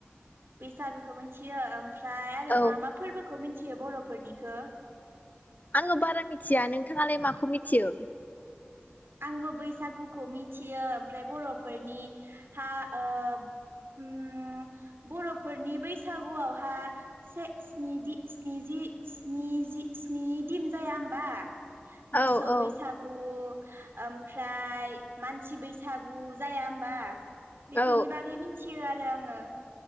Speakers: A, on the right; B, on the left.
A: बैसागोखौ मिथियो ओमफ्राय आरो
B: औ
A: मा मा फोरबो खौ मिथियो बर'फोरनिखौ?
B: आङो बारा मिथिया नोंथाङालाय माखौ मिथियो?
A: आंबो बैसागुखौ मिथियो। ओमफ्राय बर'फोरनि हा ओ ओम बर'फोरनि बैसागुआवहा से स्नि दि स्नि जि स्नि जि स्नि दिन जाया होमबा मोसौ
B: औ औ
A: बैसागु ओमफ्राय मान मानसि बैसागु जाया होमबा बेफोरनि
B: औ
A: बागै मिथियो आरो जे आङो